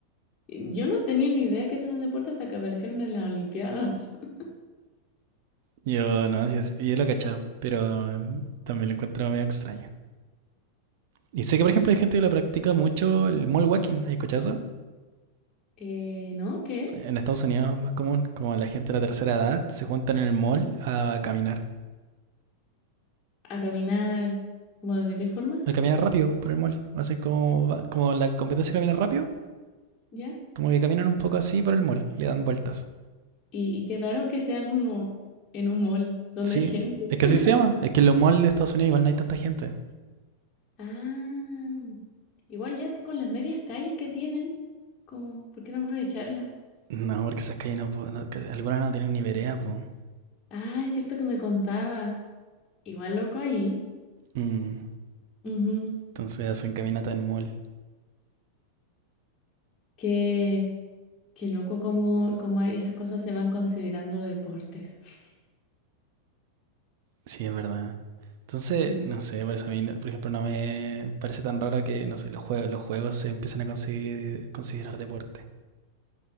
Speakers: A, on the left (about 25°); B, on the right (about 50°).
A: eh, yo no tenía ni idea que eso era un deporte hasta que aparecieron en las Olimpiadas. <laughs>
B: Yo no, sí, sí, yo lo cachaba. Pero también lo encuentro medio extraño. Y sé que, por ejemplo, hay gente que lo practica mucho el mall walking, ¿hay cochazo?
A: Eh, ¿no? ¿Qué es?
B: En Estados Unidos es más común, como la gente de la tercera edad se juntan en el mall a caminar,
A: ¿A caminar? ¿Cómo de qué forma?
B: a caminar rápido por el mall. Hacen como, va- como la competencia de caminar rápido,
A: ¿Ya?
B: como que caminan un poco así por el mall, le dan vueltas.
A: Y, y qué raro que sea como en un mall donde
B: Sí,
A: hay gente.
B: es que
A: <laughs>
B: así se llama, es que en los malls de Estados Unidos igual no hay tanta gente.
A: Ah, igual ya te- con las medias calles que tienen, como, ¿por qué no aprovecharlas?
B: No, porque esas calles no, po- no- que algunas no tienen ni vereda, po.
A: Ah, es cierto que me contaba, igual loco ahí,
B: Mm,
A: ujú,
B: Entonces hacen caminata en mall,
A: que, que loco como, como esas cosas se van considerando deportes. <laughs>
B: sí, es verdad. Entonces,
A: Sí,
B: no sé, por eso a mí, no- por ejemplo, no me parece tan raro que, no sé, los juegos, los juegos se empiecen a conseguir- considerar deporte.